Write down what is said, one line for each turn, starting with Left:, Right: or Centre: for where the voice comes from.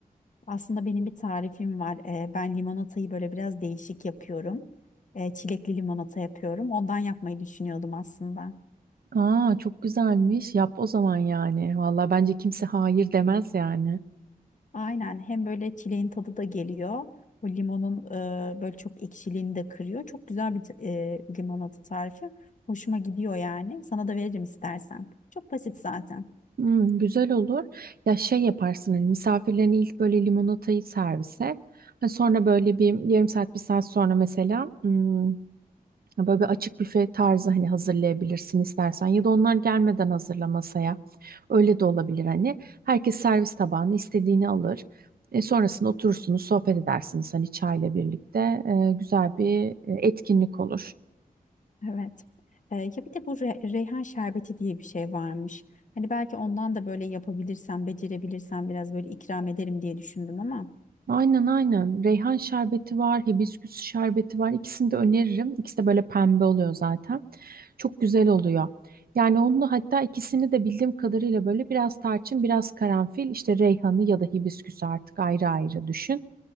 Left: Aslında benim bir tarifim var. Ee, ben limonatayı böyle biraz değişik yapıyorum. Ee, çilekli limonata yapıyorum. Ondan yapmayı düşünüyordum aslında.
Right: Aa çok güzelmiş. Yap o zaman yani. Vallahi bence kimse hayır demez yani.
Left: Aynen hem böyle çileğin tadı da geliyor. Bu limonun e, böyle çok ekşiliğini de kırıyor. Çok güzel bir t- e, limonata tarifi. Hoşuma gidiyor yani. Sana da veririm istersen. Çok basit zaten.
Right: Hmm, güzel olur. Ya şey yaparsın hani misafirlerine ilk böyle limonatayı servis et. Hani sonra böyle bir yarım saat bir saat sonra mesela hmm, böyle bir açık büfe tarzı hani hazırlayabilirsin istersen. Ya da onlar gelmeden hazırla masaya. Öyle de olabilir hani. Herkes servis tabağını istediğini alır. E, sonrasında oturursunuz sohbet edersiniz hani çayla birlikte. E, güzel bir e, etkinlik olur.
Left: Evet. Ee, ya bir de bu re- reyhan şerbeti diye bir şey varmış. Hani belki ondan da böyle yapabilirsem, becerebilirsem biraz böyle ikram ederim diye düşündüm ama.
Right: Aynen aynen. Reyhan şerbeti var, hibisküs şerbeti var. İkisini de öneririm. İkisi de böyle pembe oluyor zaten. Çok güzel oluyor. Yani onunla hatta ikisini de bildiğim kadarıyla böyle biraz tarçın, biraz karanfil, işte reyhanı ya da hibisküsü artık ayrı ayrı düşün.